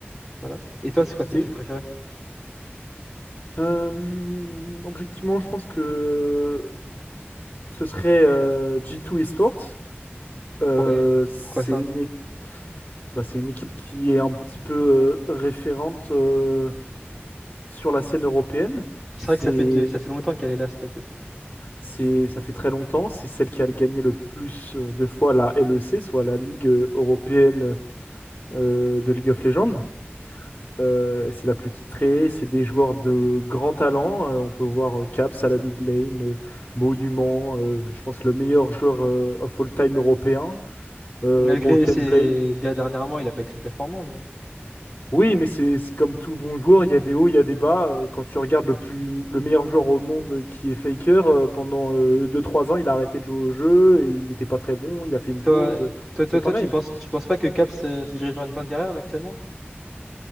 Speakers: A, in the centre; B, on the left.
A: Voilà. Et toi, c'est quoi ton
B: C'est
A: équipe préférée?
B: euh, objectivement, je pense que ce serait euh, G2 Esports. Euh,
A: Pour- et
B: c'est
A: Pourquoi ça?
B: une équipe Bah, c'est une équipe qui est un petit peu euh, référente euh, sur la scène européenne. C'est,
A: C'est vrai que ça fait, ça fait longtemps qu'elle est là, cette équipe.
B: c'est, ça fait très longtemps. C'est celle qui a gagné le plus euh, de fois la LEC, soit la Ligue européenne euh, de League of Legends. Euh, c'est la plus titrée. C'est des joueurs de grand talent. Euh, on peut voir euh, Caps à la mid lane, euh, Monument. euh, je pense le meilleur joueur euh, of all time européen. Euh,
A: Malgré
B: Broken
A: ses...
B: Blade,
A: der- Dernièrement, il a pas été très performant, non?
B: Oui, mais c'est c'est comme tout bon joueur, il y a des hauts, il y a des bas. Euh, Quand tu regardes le plus le meilleur joueur au monde euh, qui est Faker, euh, pendant euh, deux trois ans, il a arrêté de jouer au jeu et il n'était pas très bon, il a fait une
A: Toi,
B: pause.
A: toi,
B: C'est
A: toi,
B: pareil.
A: toi, tu penses, tu penses pas que Cap se, se dirige vers une fin de carrière, là, actuellement?